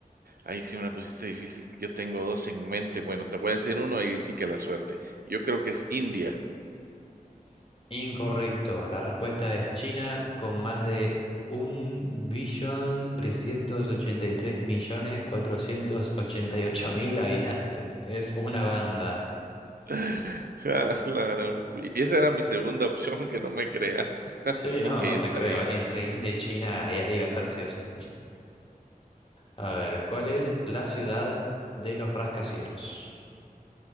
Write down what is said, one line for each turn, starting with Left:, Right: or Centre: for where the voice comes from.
Right: ahí sí me la pusiste difícil. Yo tengo dos en mente. Bueno, te voy a decir uno y sí que la suerte. Yo creo que es India.
Left: Incorrecto. La respuesta es China con más de un billón trescientos ochenta ochenta y y tres millones cuatrocientos ochenta y ocho mil habitantes. Es una banda.
Right: <laughs> Ah, la gran pu- y esa era mi segunda opción, que no me creas. <laughs>
Left: Sí, no,
Right: Ok,
Left: no
Right: está
Left: te creo.
Right: bien.
Left: Entre India y China iba iba a estar sí o sí. A ver, ¿cuál es la ciudad de los rascacielos?